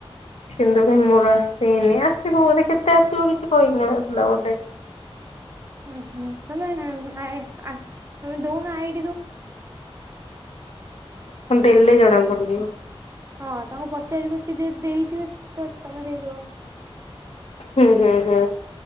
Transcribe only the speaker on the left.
<unintelligible> ମୋର ଆସିନି ଆସିବ ବୋଧେ କେତେ ଆସିବ କିଛି କହିନଥିଲା ବୋଧେ।
ହଁ ଦେଲେ ଜଣା ପଡିଯିବ।
ହୁଁ ହୁଁ ହୁଁ।